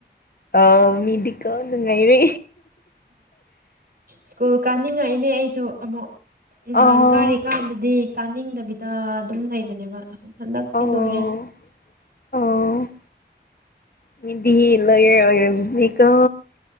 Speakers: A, on the left (about 55°); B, on the right (about 55°).
A: ꯑ ꯃꯤꯗꯤꯀꯣ ꯅꯨꯡꯉꯥꯏꯔꯦ
B: ꯁ꯭ꯀꯨꯜ ꯀꯥꯅꯤꯡꯉꯛꯏꯅꯦ ꯑꯩꯁꯨ ꯑꯃꯨꯛ ꯅꯍꯥꯟ
A: ꯑꯣ
B: ꯀꯥꯔꯤ ꯀꯥꯟꯗꯗꯤ ꯀꯥꯅꯤꯡꯗꯕꯤꯗ ꯑꯗꯨꯝ ꯂꯩꯕꯅꯦꯕ ꯍꯟꯗꯛꯇꯤ
A: ꯑꯣ
B: ꯂꯣꯏꯔꯦ
A: ꯑꯣ ꯃꯤꯗꯤ ꯂꯣꯌꯥꯔ ꯑꯣꯏꯔꯝꯅꯤꯅꯥ ꯀꯣ